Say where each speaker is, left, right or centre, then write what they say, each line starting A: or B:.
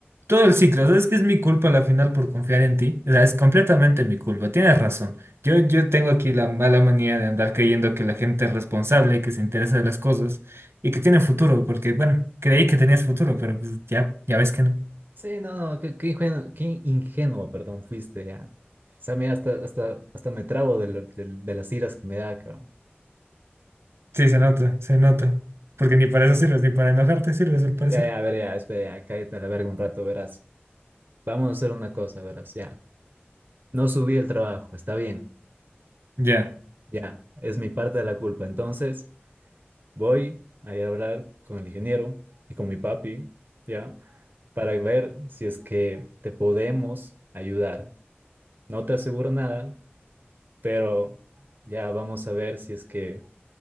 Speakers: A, on the right (about 80°); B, on the right (about 55°).
A: todo el ciclo. ¿Sabes que es mi culpa a la final por confiar en ti? O sea, es completamente mi culpa. Tienes razón. Yo, yo tengo aquí la mala manía de andar creyendo que la gente es responsable, que se interesa de las cosas y que tiene futuro, porque bueno, creí que tenías futuro, pero pues ya, ya ves que no.
B: Sí, no, no, qué, qué ingenuo, qué ingenuo, perdón, fuiste ya. O sea, mira, hasta, hasta, hasta me trabo de, lo- de- de las iras que me da, cabrón.
A: Sí, se nota, se nota. Porque ni para eso sirves, ni para enojarte sirves, al parecer.
B: Ya, ya, a ver, ya, espera, ya, cállate a la verga un rato, verás. Vamos a hacer una cosa, verás, ya. No subí el trabajo, está bien,
A: Ya,
B: ya, es mi parte de la culpa. Entonces, voy a ir a hablar con el ingeniero y con mi papi, ya, para ver si es que te podemos ayudar. No te aseguro nada, pero ya vamos a ver si es que